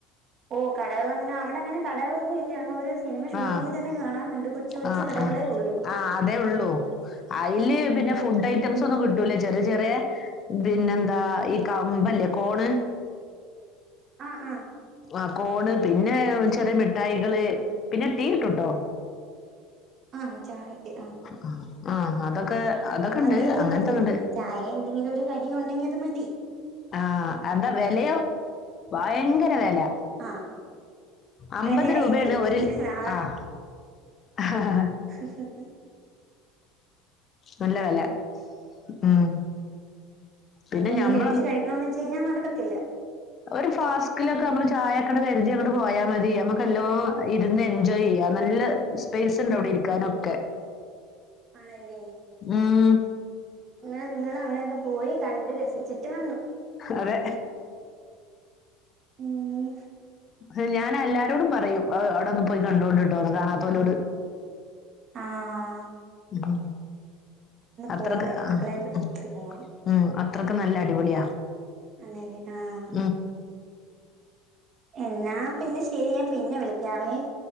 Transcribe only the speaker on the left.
ആ
ആ
ആ
ആ അതേ ഉള്ളൂ അയില് പിന്നെ ഫുഡ് ഐറ്റംസ്- ഒന്നും കിട്ടു - കിട്ടുല്ല ചെറിയ, ചെറിയ പിന്നെന്താ? ഈ കമ്പല്ലേ കോണ്,
ആഹാ കോണ് പിന്നെ, ചെറിയ മിഠായികള്, പിന്നെ തീട്ടട്ടോ-
ഉം. ആഹാ അതൊക്കെ, അതൊക്കെ എണ്ട്,
അങ്ങനത്തെ
ഒക്കെ എണ്ട്.
ആഹാ എന്താ വെലയോ? ഭയങ്കര വെല.
അമ്പത്
രൂപയാണ്,
ഒരു
ആഹാ. ആഹാ ആഹാ.
നല്ല വെല ഉം. പിന്നെ
ഞമ്മള്-
ഒരു ഫാസ്കില് ഒക്കെ അമ്മള് ചായ ഒക്കെ അങ്ങട് കരുതി അങ്ങട് പോയാൽ മതി അമ്മക്ക് എല്ലാം- ഇരുന്ന് എൻജോയ് ചെയ്യാം. നല്ല- സ്പേസ് എണ്ട് അവിടെ ഇരിക്കാന് ഒക്കെ.
ഉം. ഉം.
അതെ.
ഹേയ് ഞാന എല്ലാരോടും പറയും അവിടെ ഒന്ന് പോയി- കണ്ടോണ്ടിട്ടോന്ന്. കാണാത്തൊലോട്.
ഉം. അത്രക്ക്
ഉം
ഉം
ഉം അത്രക്ക് നല്ല അടിപൊളിയാ.
ഉം.